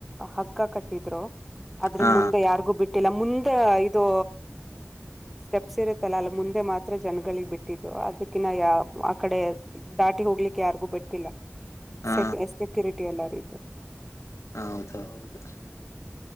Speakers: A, in the centre; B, on the left.
A: ಹಗ್ಗ ಕಟ್ಟಿದ್ರು ಆದದ್ರ
B: ಹಾ
A: ಮುಂದೆ ಯಾರಿಗೂ ಬಿಟ್ಟಿಲ್ಲ ಮುಂದೆ ಇದು ಸ್ಟೆಪ್ಸ್ ಇರುತ್ತಲ್ಲ ಅಲ್ಲ ಮುಂದೆ ಮಾತ್ರ ಜನಗಳಿಗೆ ಬಿಟ್ಟಿದ್ದು ಅದಕಿನ್ನ ಯ ಆ ಕಡೆ ದಾಟಿ ಹೋಗ್ಲಿಕ್ಕೆ ಯಾರಿಗೂ ಬಿಟ್ಟ ಇಲ್ಲ
B: ಹಾ
A: ಸೆಫ್ ಎ ಸೆಕ್ಯೂರಿಟಿ ಎಲ್ಲಾರು
B: ಹೌದು ಹೌದು